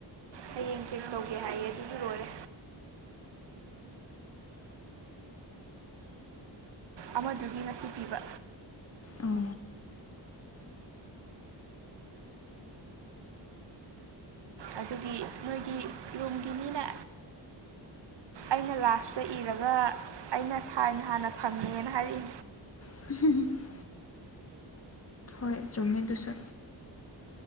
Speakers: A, on the right; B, on the left.
A: ꯍꯌꯦꯡ ꯆꯦꯛ ꯇꯧꯒꯦ ꯍꯥꯏꯌꯦ ꯑꯗꯨꯁꯨ ꯂꯣꯏꯔꯦ ꯑꯃꯗꯨꯒꯤ ꯉꯁꯤ ꯄꯤꯕ
B: ꯑꯣ
A: ꯑꯗꯨꯒꯤ ꯅꯣꯏꯒꯤ ꯔꯨꯝꯒꯤꯅꯤꯅ ꯑꯩꯅ ꯂꯥꯁꯇ ꯏꯔꯒ ꯑꯩꯅ ꯁꯥꯏꯅ ꯍꯥꯟꯅ ꯐꯪꯉꯦꯅ ꯍꯥꯏꯔꯛꯏ
B: <inaudible> ꯍꯣꯏ ꯆꯨꯝꯃꯦꯗꯨꯁꯨ